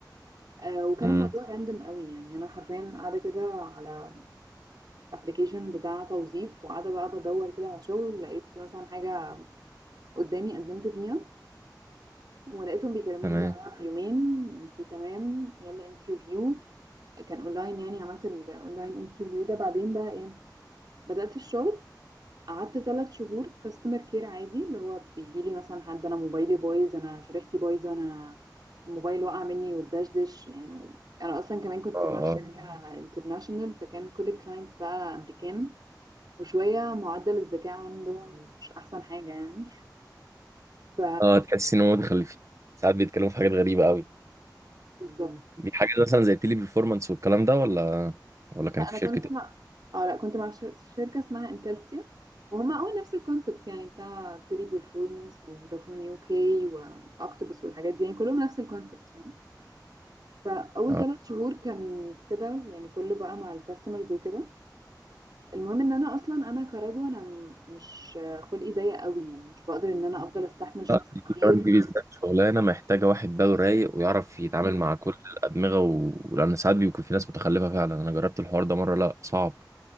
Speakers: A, on the right; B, on the right.
A: آه وكان
B: امم
A: الموضوع راندم قوي يعني أنا حرفيا قاعدة كده على ابلكيشن بتاع توظيف وقاعدة بقى بدور كده على شغل لقيت مثلا حاجة قدامي قدمت فيها ولقيتهم بيكلموني
B: تمام
A: بعدها بيومين انتي تمام يلا انترفيو كان اونلاين يعني عملت الاونلاين انترفيو ده بعدين بقى ايه بدأت الشغل قعدت ثلاث شهور كاستمر كير عادي اللي هو بيجي لي مثلا حد انا موبايلي بايظ انا شريحتي بايظه انا الموبايل وقع مني والدشدش يعني انا اصلا كمان كنت
B: اه
A: مع شركه
B: اه
A: انترناشونال فكان كل الكلاينتس بقى امريكان وشويه معدل الذكاء عندهم مش احسن حاجه يعني ف
B: اه تحس ان هم متخلفين ساعات بيتكلموا في حاجات غريبه قوي
A: بالظبط
B: دي حاجه مثلا زي التيلي بيرفورمانس والكلام ده ولا ولا كانت
A: لا انا
B: في
A: كنت
B: شركه إيه؟
A: مع اه لا كنت مع ش- شركه اسمها انتلسيا وهم اه نفس الكونسبت يعني بتاع تيلي بيرفورمانس وفودافون يو كي واكتوبس والحاجات دي يعني كلهم نفس الكونسبت فاهم فاول
B: اه
A: ثلاث شهور كان كده يعني كله بقى مع الكاستمرز وكده المهم ان انا اصلا انا كرضوى انا م- مش خلقي ضيق قوي يعني مش بقدر ان انا افضل استحمل شخص
B: لا دي
A: كتير
B: كمان دي بالذات شغلانه محتاجه واحد باله رايق ويعرف يتعامل
A: مم.
B: مع كل الادمغه و... لان ساعات بيكون في ناس متخلفه فعلا انا جربت الحوار ده مره لا صعب